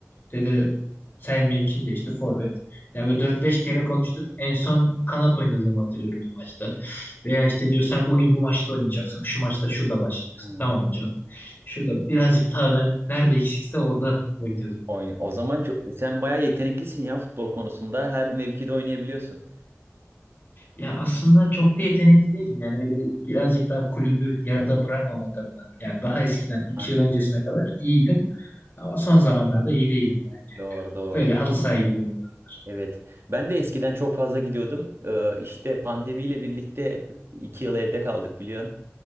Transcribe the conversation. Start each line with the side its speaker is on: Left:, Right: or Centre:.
Left: Ya da sen mevkin de işte forvet. Ya böyle dört beş kere konuştuk. En son kanat oynadığımı hatırlıyorum o maçta. Veya işte diyor sen bugün bu maçta oynayacaksın. Şu maçta şurada başlayacaksın.
Right: Hmm.
Left: Tamam hocam. Şurada birazcık daha ben nerede eksikse orada oynuyordum.
Right: Oyna- O zaman çok sen bayağı yeteneklisin ya futbol konusunda. Her mevkide oynayabiliyorsun.
Left: Ya aslında çok da yetenekli değilim. Yani öyle birazcık daha kulübü yarıda bırakmamak adına. Yani daha eskiden iki
Right: Aynen.
Left: yıl öncesine kadar iyiydim. Ama son zamanlarda iyi değilim yani. yani
Right: Doğru doğru.
Left: öyle halı sahaya gidiyorum bu aralar.
Right: Evet. Ben de eskiden çok fazla gidiyordum. Ee, işte pandemiyle birlikte iki yıl evde kaldık biliyorsun.